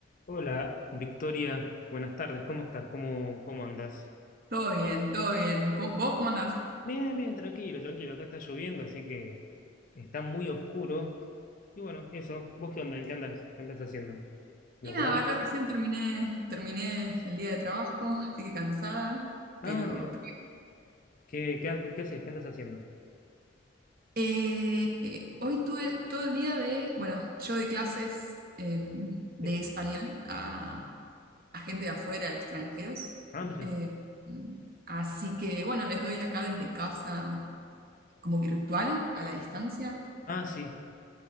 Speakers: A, on the left (about 45°); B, on the right (about 50°).
A: Hola, Victoria, buenas tardes, ¿cómo estás? ¿Cómo, cómo andas?
B: Todo bien, todo bien. ¿Cómo- ¿Vos cómo andás?
A: Bien, bien, tranquilo, tranquilo, acá está lloviendo, así que está muy oscuro. Y bueno, eso, ¿vos qué onda? ¿En qué andas? ¿Qué andas haciendo? ¿Laburando?
B: Y nada, acá recién terminé, terminé el día de trabajo, así que cansada, pero...
A: Ah, mira, ¿qué, qué, ha- qué haces? ¿Qué andas haciendo?
B: Eh, hoy tuve todo el día de, bueno, yo doy clases em, de
A: Eh,
B: español a, a gente de afuera, extranjeros.
A: Ah, mira,
B: Eh, así que, bueno, les doy acá desde casa como virtual, a la distancia.
A: ah, sí,